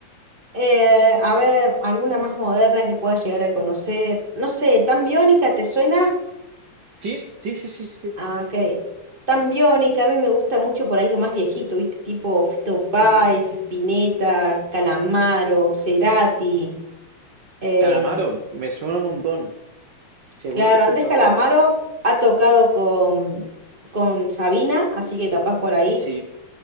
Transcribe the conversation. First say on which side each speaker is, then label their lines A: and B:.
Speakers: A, on the right; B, on the right.
A: Eh, a ver, alguna más moderna que puedas llegar a conocer. No sé, ¿Tan Biónica te suena?
B: Sí, sí, sí, sí, sí.
A: Ah, ok. Tan Biónica, a mí me gusta mucho por ahí lo más viejito, ¿viste? Tipo Fito Páez,
B: Mm.
A: Spinetta, Calamaro, Cerati. Em,
B: Calamaro, me suena un montón. Seguro
A: claro,
B: que he escuchado
A: Andrés Calamaro
B: algo.
A: ha tocado con, con Sabina, así que capaz por ahí.
B: Sí,